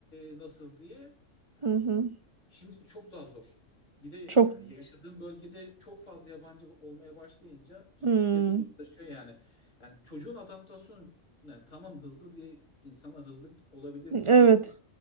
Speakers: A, on the left (about 75°); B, on the right (about 50°).
A: e, nasıl diye yani
B: Hı hı.
A: şimdi çok daha zor. Bir de
B: Çok.
A: yani yaşadığım bölgede çok fazla yabancı olmaya başlayınca gittikçe
B: Hmm.
A: de zorlaşıyor yani. Yani çocuğun adaptasyonu yani tamam hızlı diye insanlar hızlı olabilir falan
B: Evet.
A: diyor da